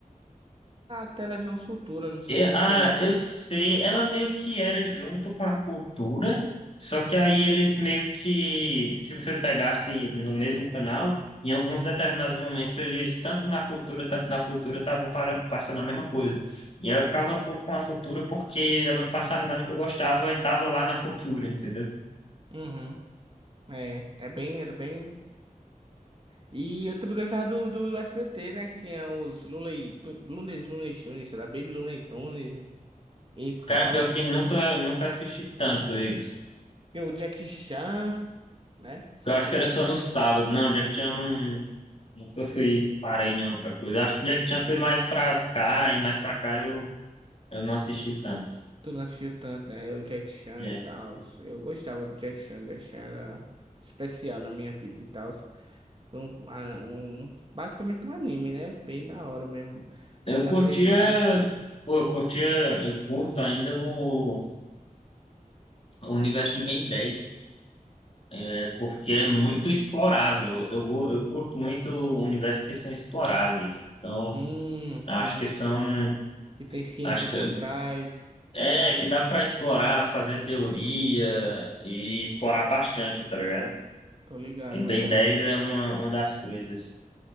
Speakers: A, on the right; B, on the left.
A: A televisão futura, não sei
B: Eu,
A: se você
B: ah,
A: viu.
B: eu sei, ela meio que era junto com a cultura, só que aí eles meio que, se você pegasse no mesmo canal, em alguns determinados momentos eles, tanto na cultura, tanto na futura, estavam para- passando a mesma coisa. E aí eu ficava puto com a futura porque ela não passava nada que eu gostava e estava lá na cultura, entendeu?
A: Uhum. É, é bem, era bem. E eu também gostava do, do, do SBT, né? Que tinha os Looney, P- Lunes, Lunes Tunes, sei lá, Baby Looney Tunes e e tal.
B: Cara, pior que nunca, nunca assisti tanto eles.
A: Tem o Jack Chan, né? Não sei
B: Eu acho
A: se tu
B: que era
A: já
B: só no sábado. Não, Jack Chan não, nunca fui, parei não pra coisa. Acho que Jack Chan foi mais pra cá e mais pra cá eu, eu não assisti tanto.
A: tu não assistiu tanto, né? O Jack Chan
B: É.
A: e tal. Eu gostava do Jack Chan, o Jack Chan era especial na minha vida e tal. Foi um, a- um, basicamente um anime, né? Bem da hora mesmo.
B: Eu
A: Toda
B: curtia,
A: a temática.
B: pô, eu curtia, eu curto ainda o, o universo de Ben dez né, porque é muito explorável. Eu, go- eu curto muito universos que são exploráveis. Então,
A: Hum, sim,
B: acho que
A: sim.
B: são,
A: que tem ciência
B: acho que
A: por trás.
B: é que dá pra explorar, fazer teoria e explorar bastante, tá ligado?
A: Tô ligado,
B: O
A: mais
B: Ben
A: ou
B: 10
A: menos.
B: é uma, uma das coisas.